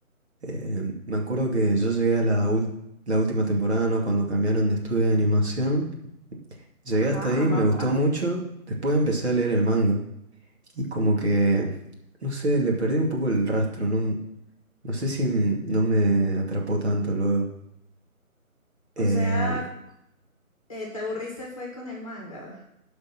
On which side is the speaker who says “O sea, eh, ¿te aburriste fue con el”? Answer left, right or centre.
Left